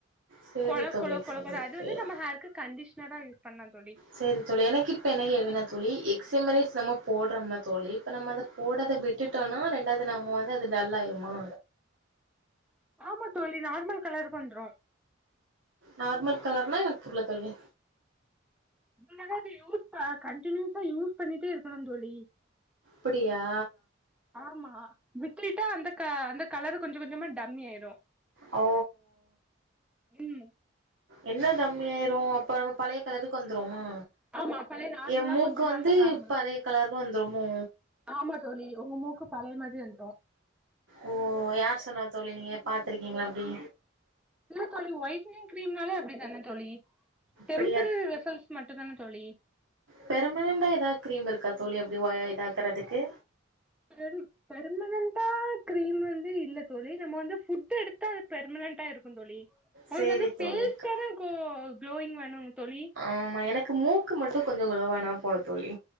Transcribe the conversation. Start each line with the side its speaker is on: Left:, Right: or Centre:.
Right: செரி
Centre: கொழ
Right: தோழி
Centre: கொழ கொழ
Right: சேரி
Centre: அது
Right: சேரி
Centre: வந்து நம்ம ஹேர்கக்கு கண்டிஷனரா யூஸ் பண்லா தோழி
Right: சரி தோழி எனக்கு இப்ப என்ன கேள்வினா தோழி எக்ஸ் எமரைஸ் நம்ம போடுறோம்னா தோழி இப்போ நம்ம அத போடாத விட்டுட்டோன்னா ரெண்டாவது நம்ம வந்து அது டல்லாயிருமா
Centre: ஆமா தோழி நார்மல் கலர்க்கு வந்துரு
Right: நார்மல் கலர்னா எனக்கு புர்ல தோழி
Centre: நம்மதா இப்ப யூத்தா கன்டினியூசா யூஸ் பண்ணிட்டே இருக்கணும் தோழி
Right: அப்டியா
Centre: ஆமா விட்டுட்டா அந்த க அந்த கலரு கொஞ்ச கொஞ்சமா டம்மி ஆயிரு
Right: ஓ
Centre: ம்
Right: என்ன டம்மியாயிரு அப்ப நம்ம பழைய கலருக்கு வந்துருவோமா
Centre: ஆமா பழைய நார்மலா
Right: எ மூக்கு
Centre: கொஞ்ச
Right: வந்து
Centre: நாள்ல நார்மல்
Right: பழைய கலர்ல வந்துருமோ
Centre: ஆமா தோழி உங்க மூக்கு பழைய மாதிரி வந்துரு
Right: ஓ யார் சொன்னா தோழி நீங்க பாத்துருக்கீங்ளா அப்டி
Centre: இல்ல தோழி வைட்னிங் கிரீம்னாலே அப்டி தான தோழி டெம்பரர்
Right: அப்டியா
Centre: ரிசல்ட் மட்டு தான தோழி
Right: பெர்மனண்டா ஏதா கிரீம் இருக்கா தோழி அப்டி வ இதாக்குறதுக்கு
Centre: ரெண் பெர்மனன்டா கிரீம் வந்து இல்ல தோழி நம்ம வந்து ஃபுட் எடுத்தா அது பெர்மனன்டா இருக்கு தோழி உங்ளுக்கு
Right: சேரி
Centre: வந்து
Right: தோழி
Centre: பேஸ் தான கோ க்ளோயிங் வேணு தோழி
Right: ஆமா எனக்கு மூக்கு மட்டு கொஞ்சோ குலோவானா போது தோழி